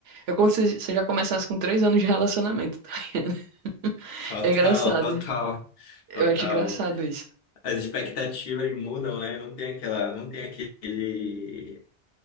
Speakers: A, on the right; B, on the left.
A: É como se você já começasse com três anos de relacionamento, tá ligado? <laughs>
B: Total,
A: É engraçado.
B: total,
A: Eu
B: total.
A: acho engraçado isso.
B: As expectativas mudam, né? Não tem aquela, não tem aquele.